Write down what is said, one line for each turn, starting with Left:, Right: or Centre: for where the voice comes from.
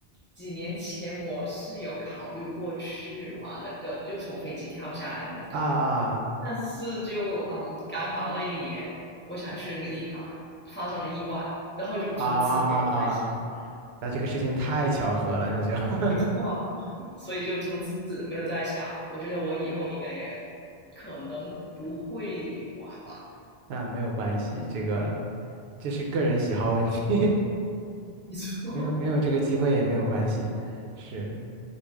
Left: 几年前我是有考虑过去玩那个，就从飞机跳下来那个，
Right: 啊啊
Left: 但是就嗯，刚好那一年我想去的那个地方发生了意外，然后就从此没有再想。
Right: 啊！那这个事情太巧合了，那就 <laughs>
Left: 没错啊，<laughs> 所以就从此没有再想。我觉得我以后应该也可能不会玩吧。
Right: 那没有关系，这个这是个人喜好问题，
Left: 没错，
Right: <laughs> 没有没有这个机会也没有关系，是。